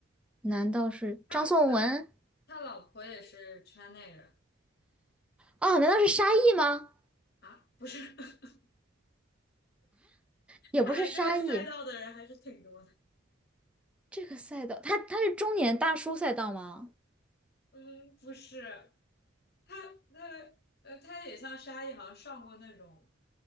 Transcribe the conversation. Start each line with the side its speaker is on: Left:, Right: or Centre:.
Centre: 难道是张颂文？
Left: 他呃，他老婆也是圈内人
Centre: 哦，难道是沙溢吗？
Left: 啊，不是？<laughs>
Centre: 也不是沙溢，
Left: 看来这个赛道的人还是挺多的。
Centre: 这个赛道，他他是中年大叔赛道吗？
Left: 嗯，不是，他他呃，他也像沙溢，好像上过那种